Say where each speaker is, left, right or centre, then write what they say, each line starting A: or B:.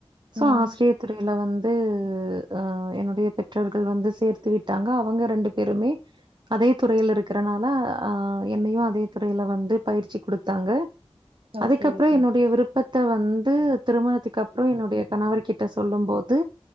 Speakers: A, on the right (about 45°); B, on the right (about 65°).
A: சோ
B: ம்
A: ஆசிரிய துறையில வந்து அ என்னுடைய பெற்ற ர்கல் வந்து சேர்த்து விட்டாங்க அவங்க ரெண்டு பேருமே அதே துறையில இருக்கறனால அ என்னையும் அதே துறையில வந்து பயிற்சி கொடுத்தாங்க
B: ஓகே
A: அதுக்கப்ரோ
B: ஓகே
A: என்னுடைய விருப்பத் த வந்து திருமணத்துக்கு அப்ரோ என்னுடைய கணவர் கிட்ட சொல்லும் போது